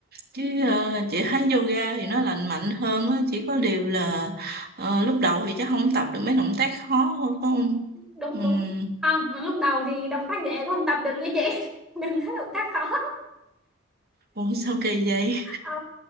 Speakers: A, on the right (about 50°); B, in the centre.
A: chứ ờ, chị thấy yoga thì nó lành mạnh hơn á chỉ có điều là ờ, lúc đầu thì chắc không tập được mấy động tác khó thôi phải không
B: đúng
A: Ừm,
B: đúng không lúc đầu thì động tác dễ cũng không tập được nha chị <laughs> đừng nói động tác khó
A: ủa sao kỳ vậy
B: ờ